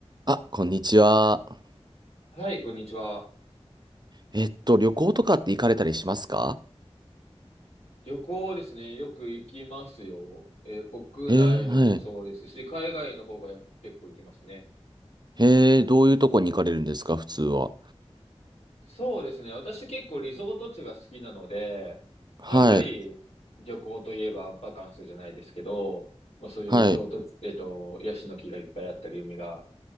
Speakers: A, on the right (about 40°); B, on the left (about 75°).
A: あ、こんにちは。
B: はい、こんにちは。
A: えっと、旅行とかって行かれたりしますか
B: 旅行ですね。よく行きますよ。えー国内もそうですし、
A: ええ、はい。
B: 海外の方がや結構行きますね。
A: ええ、どういうとこに行かれるんですか、普通は。
B: そうですね。私結構リゾート地が好きなので、
A: はい、
B: まあ、やっぱり旅行といえばバカンスじゃないですけど、まあ、そういうリゾート地、
A: はい。
B: えっと、ヤシの木がいっぱいあったり、海が